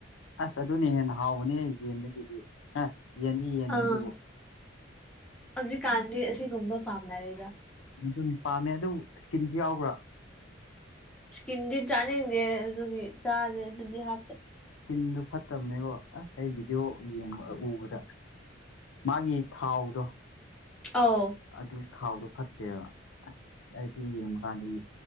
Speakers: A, on the left (about 85°); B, in the centre.
A: ꯑꯁ ꯑꯗꯨꯅꯤ ꯍꯦꯟꯅ ꯍꯥꯎꯕꯅꯦ ꯑꯩ ꯌꯦꯟꯗꯒꯤꯗꯤ ꯑ ꯌꯦꯟꯁꯤ ꯌꯦꯟꯅꯦ
B: ꯑꯥ
A: ꯑꯗꯨꯕꯨꯣ
B: ꯍꯧꯖꯤꯛꯀꯥꯟꯗꯤ ꯑꯁꯤꯒꯨꯝꯕ ꯄꯥꯝꯅꯔꯗ
A: ꯑꯗꯨꯅꯤ ꯄꯥꯝꯃꯦ ꯑꯗꯨꯕꯨ ꯏꯁꯀꯤꯟꯁꯨ ꯌꯥꯎꯕ꯭ꯔꯥ
B: ꯏꯁꯀꯤꯟꯗꯤ ꯆꯥꯅꯤꯡꯗꯦ ꯑꯗꯨꯒꯤ ꯆꯥꯥꯁꯦ ꯑꯗꯨꯗꯤ ꯍꯥꯞꯇꯦ
A: ꯏꯁꯀꯤꯟꯗꯨꯣ ꯐꯠꯇꯕꯅꯦꯀꯣ ꯑꯁ ꯑꯩ ꯚꯤꯗꯤꯑꯣ ꯌꯦꯡꯕ ꯎꯕꯗ ꯃꯥꯒꯤ ꯊꯥꯎꯗꯣ
B: ꯑꯥꯎ
A: ꯑꯗꯨ ꯊꯥꯎꯗꯣ ꯐꯠꯇꯦꯕ ꯑꯁ ꯑꯩ ꯑꯗꯨ ꯌꯦꯡꯕ ꯀꯥꯟꯗꯗꯤ